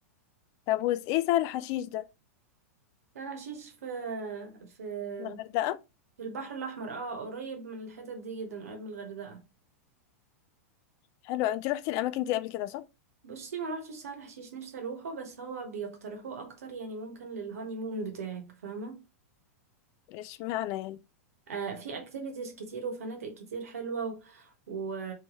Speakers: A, on the left (about 45°); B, on the right (about 70°).
A: طب وس ايه سهل الحشيش ده
B: لا العشيش في في
A: الغردقة
B: في البحر الاحمر اه قريب من الحتت دي جدا قريب من الغردقه
A: حلو انت روحتي الاماكن دي قبل كده صح
B: بصي ما روحتش سهل حشيش نفسي اروحه بس هو بيقترحوه اكتر يعني ممكن للهاني مون بتاعك فاهمه
A: ايش معنى يعني
B: آه في اكتيفيتيز كتير وفنادق كتير حلوه و... و